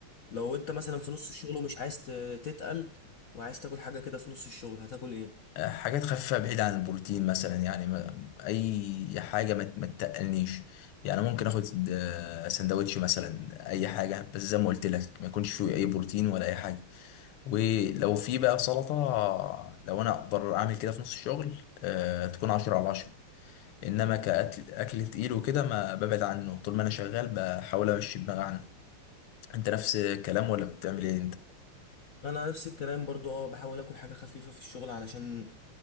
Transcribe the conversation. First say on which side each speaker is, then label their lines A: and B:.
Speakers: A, on the left (about 60°); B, on the left (about 85°).
A: لو انت مثلا في نص الشغل ومش عايز ت- تتقل وعايز تاكل حاجة كده في نص الشغل هتاكل ايه
B: حاجات خفيفة بعيد عن البروتين مثلا يعني ما أي حاجة ما ما تتقلنيش يعني ممكن آخد آه، سندوتش مثلا أي حاجة بس زي ما قلت لك ما يكونش فيه أي بروتين ولا أي حاجة ولو في بقى سلطة لو أنا أقدر أعمل كده في نص الشغل آه، تكون عشرة على عشرة إنما كأكل أكل تقيل وكده ما ببعد عنه طول ما أنا شغال بحاول أمشي دماغي عنه أنت نفس الكلام ولا بتعمل إيه أنت؟
A: انا نفس الكلام برضو اه بحاول اكل حاجة خفيفة في الشغل علشان